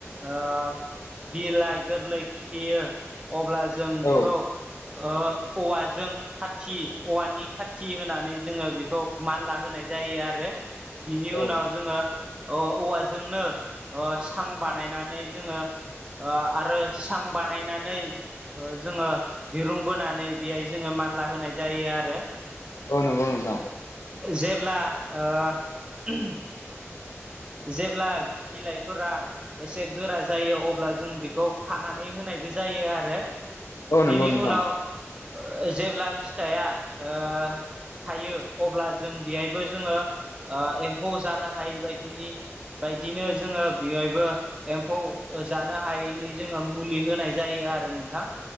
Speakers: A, on the right (about 20°); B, on the left (about 80°).
A: ओ बिलाइ गोरलै खिलियो अब्ला जों
B: औ
A: बेखौ ओ औवाजों खाथि औवानि खाथि होनानै जोङो बेखौ मानला होनाय जायो आरो। बिनि उनाव
B: औ
A: जोङो ओ औवाजोंनो सां बानायनानै जोङो ओ आरो सां बानायनानै जोङो दिरुं बोनानै बेहाय जोङो मानला होनाय जायो आरो
B: औ नंगौ नोंथां
A: जेब्ला ओ उम जेब्ला बिलाइफोरा एसे गोरा जायो अब्ला जों बेखौ खानानै होनायबो जायो आरो
B: औ
A: बिनि
B: नंगौ नोंथां
A: उनाव जेब्ला फिथाइआ ओ थायो अब्ला जों बेहायबो जोङो एम्फौ जानो हायै बायदि बायदिनो जोङो बेहायबो एम्फौ जानो हायैनि जोङो मुलि होनाय जायो आरो नोंथां।